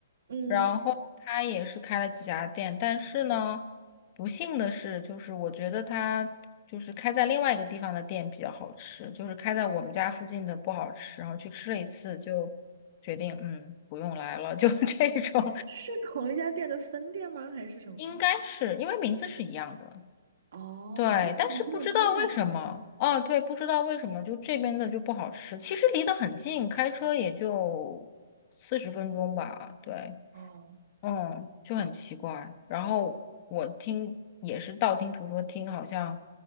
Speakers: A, on the right (about 70°); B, on the left (about 35°).
A: 嗯，
B: 然后他也是开了几家店，但是呢，不幸的是，就是我觉得他就是开在另外一个地方的店比较好吃，就是开在我们家附近的不好吃，然后去吃了一次就决定嗯不用来了，就 <laughs> 这种，
A: 是同一家店的分店吗？还是什么？
B: 应该是因为名字是一样的，
A: 哦，
B: 对，
A: 那怎么会有那么大差异？
B: 但是不知道为什么，哦，对，不知道为什么，就这边的就不好吃。其实离得很近，开车也就四十分钟吧。对，
A: 哦
B: 嗯，就很奇怪。然后我听也是道听途说听，好像